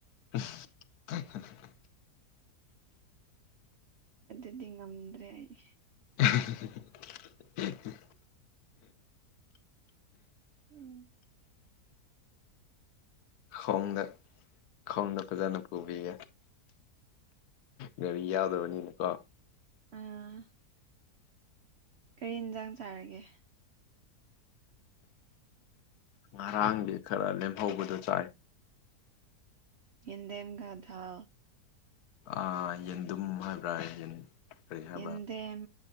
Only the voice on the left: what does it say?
<unintelligible>
<unintelligible>
ꯈꯣꯡꯗ ꯈꯣꯡꯗ ꯐꯖꯅ ꯄꯨꯕꯤꯒꯦ ꯒꯥꯔꯤ ꯌꯥꯎꯗꯕꯅꯤꯅꯀꯣ
ꯉꯔꯥꯡꯗꯤ ꯈꯔ ꯂꯦꯝꯍꯧꯕꯗꯣ ꯆꯥꯏ
ꯑꯥ ꯌꯦꯟꯗꯨꯝ ꯍꯥꯏꯕ꯭ꯔꯥ ꯌꯦꯟ ꯀꯔꯤ ꯍꯥꯏꯕ꯭ꯔꯥ